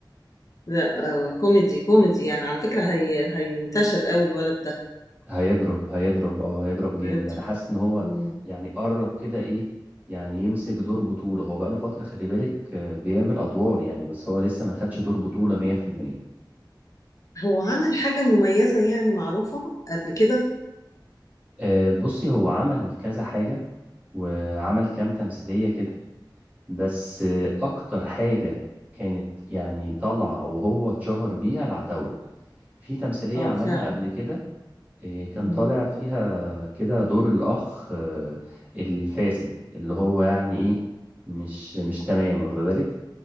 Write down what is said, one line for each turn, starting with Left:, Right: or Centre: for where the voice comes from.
Left: لا آه كوميدي كوميدي يعني على فكرة هي هينتشر أوي الولد ده
Right: هيضرب هيضرب اه هيضرب جامد
Left: هيضرب.
Right: انا حاسس ان هو
Left: مم.
Right: يعني قرب كده ايه يعني يمسك دور بطولة هو بقاله فترة خلي بالك آه، بيعمل ادوار يعني بس هو لسه ما خدش دور بطولة 100%
Left: هو عمل حاجة مميزة يعني معروفة قبل كده
Right: آه، بصي هو عمل كذا حاجة وعمل كام تمثيلية كده بس آه، اكتر حاجة كانت يعني طالعة وهو اتشهر بيها العتاولة في تمثيلية
Left: اه
Right: عملها
Left: فعلا
Right: قبل كده إيه، كان
Left: مم.
Right: طالع فيها كده دور الأخ آه، الفاسد اللي هو يعني إيه مش مش تمام واخد بالك